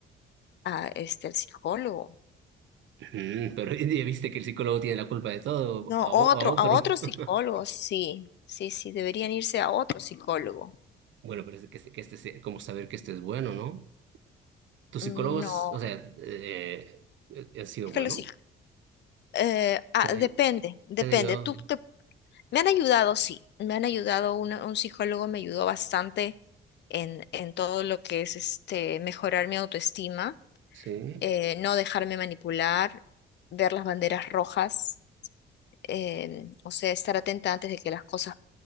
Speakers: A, on the left; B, on the right.
A: a este, al psicólogo.
B: mm, pero ya viste que el psicólogo tiene la culpa de todo,
A: No,
B: a,
A: otro,
B: o- a otro.
A: a otro psicólogo,
B: <laughs>
A: sí, sí, sí, deberían irse a otro psicólogo.
B: Bueno, pero es que, este- que este sea como saber que esto es bueno, ¿no? ¿Tus
A: No,
B: psicólogos, o sea, eh, eh, han sido
A: es
B: bueno?
A: que los psic- eh, ah,
B: ¿Te han,
A: depende, depende.
B: te han ayudado?
A: Tú te- me han ayudado, sí, me han ayudado, una- un psicólogo me ayudó bastante en, en todo lo que es este, mejorar mi autoestima
B: Sí.
A: eh, no dejarme manipular, ver las banderas rojas, em, o sea, estar atenta antes de que las cosas